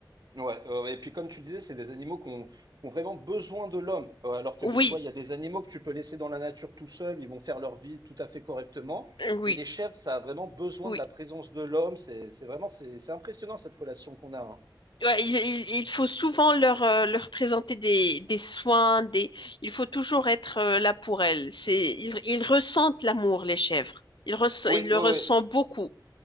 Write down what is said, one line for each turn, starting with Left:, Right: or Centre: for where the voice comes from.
Right: Ouais, euh, et puis comme tu disais, c'est des animaux qui ont, qui ont vraiment besoin de l'homme. Euh, Alors que
Left: Oui,
Right: tu vois, il y a des animaux que tu peux laisser dans la nature tout seul, ils vont faire leur vie tout à fait correctement.
Left: oui,
Right: Mais les chèvres, ça a vraiment besoin
Left: oui.
Right: de la présence de l'homme. C'est, c'est vraiment, c'est, c'est impressionnant cette relation qu'on a, hein.
Left: Ouais, il, il- il faut souvent leur, euh, leur présenter des, des soins, des... il faut toujours être euh, là pour elles. C'est, ils, ils ressentent l'amour, les chèvres. Ils, ressent-
Right: Oui,
Left: ils le
Right: oui,
Left: ressentent
Right: oui.
Left: beaucoup.